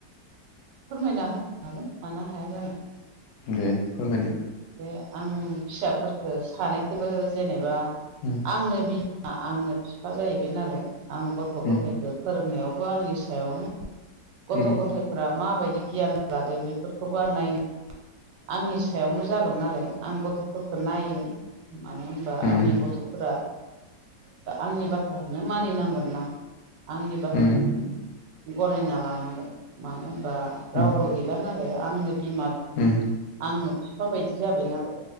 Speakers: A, on the right (about 80°); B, on the left (about 80°).
A: फोरमायना होनो हागोन मानो हाया जानो।
B: दे फोरमायदो
A: बे आं फिसाफोरफोरखौ सानैखबो जेनेबा
B: उम
A: आंनो बिमा आंनो बिफा जाहैबाय नालाय आं गथ'
B: उम
A: गथायखौ फोरोंनायाव बो आंनि सायावनो गथ'
B: उम
A: गथायफोरा माबायदि गियान लादो बेफोरखौबो आं नायनो आंनि सायावनो जागोन नालाय आं गथ'फोरखौ नायो मानो होनबा
B: उम
A: आंनि गथ'फोरा आंनि बाथ्राखौनो मानिनांगोनना आंनि बाथ्राखौनो
B: उम
A: गनायना लानांगोन मानो होनबा रावबो
B: उम
A: गैला नालाय आंनो बिमा
B: उम
A: आंनो बिफा बायदि जाबाय नालाय